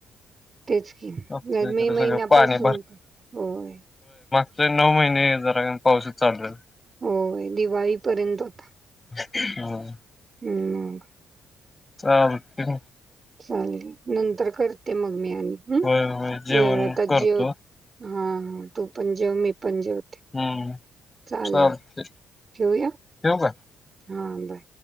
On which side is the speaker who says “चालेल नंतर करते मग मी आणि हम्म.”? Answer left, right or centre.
Right